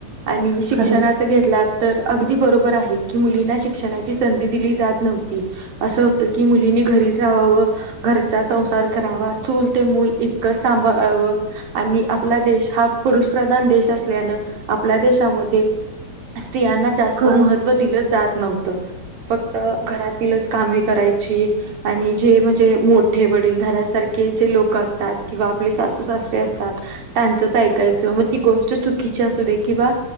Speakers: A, on the right; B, on the right.
A: आणि शिक्षणाच
B: खरंच
A: घेतला. तर अगदी बरोबर आहे. की मुलींना शिक्षणाची संधी दिली जात नव्हती असं होतं की मुलींनी घरीच राहावावं. घरचा संसार करावा चूल ते मूल इतकं सांभाळावं. आणि आपला देश हा पुरुष प्रधान देश असल्यान आपल्या देशामध्ये स्त्रियांना जास्त
B: क हो
A: महत्व दिलं जात नव्हत. फक्त घरातीलच कामे करायची, आणि जे म्हणजे मोठे वडीलधाऱ्यांसारखे जे लोक असतात किंवा आपले सासू सासे असतात त्यांचच ऐकायचं मग ती गोष्ट चु चुकीचे असू दे किंवा